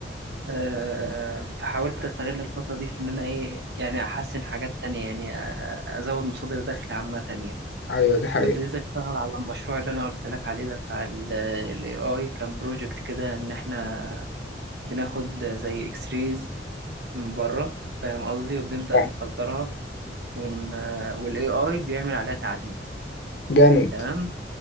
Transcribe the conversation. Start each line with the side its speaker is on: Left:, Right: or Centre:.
Right: آه، فحاولت استغل الفتره دي في ان انا ايه يعني احسن حاجات تانية يعني آه، ازود مصادر دخل عامه يعني
Left: ايوه دي حقيقه
Right: فابتديت اشتغل على المشروع اللي انا قلت لك عليه ده بتاع الاي اي كان بروجكت كده ان احنا بناخد زي اكس ريز من بره فاهم قصدي وبنبدا
Left: صح.
Right: نفلترها ون... والاي اي بيعمل عليها تعديل
Left: جامد
Right: تمام